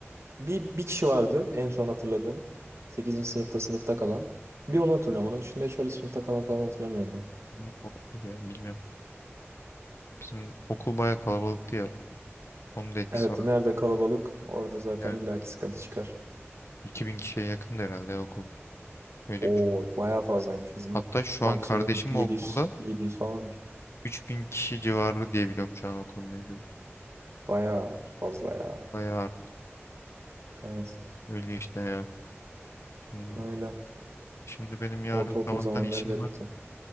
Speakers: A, on the right; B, on the left.
A: bir, bir kişi vardı en son hatırladığım. sekizinci sınıfta sınıfta kalan. Bir onu hatırlıyorum. Onun dışında hiç öyle sınıfta kalan falan hatırlamıyorum ben.
B: Ne olabilir ya bilmiyorum. Bizim okul bayağı kalabalıktı ya. Onun da etkisi
A: Evet
B: var.
A: nerede kalabalık orada zaten
B: Evet,
A: illaki
B: evet.
A: sıkıntı çıkar.
B: 2000 kişiye yakındı herhalde ya okul. Öyle
A: Oo
B: bir şey.
A: bayağı fazlaymış. Bizim
B: Hatta şu
A: maksimum
B: an kardeşim
A: 700
B: okulda
A: 700 falanır.
B: 3000 kişi civarı diye biliyorum şu an okulun mevcudu.
A: Bayağı fazla ya.
B: Bayağı
A: Evet
B: öyle işte ya. Şimdi,
A: öyle.
B: şimdi benim yarın
A: Ortaokul
B: sabahtan
A: zamanları
B: işim
A: garipti.
B: var.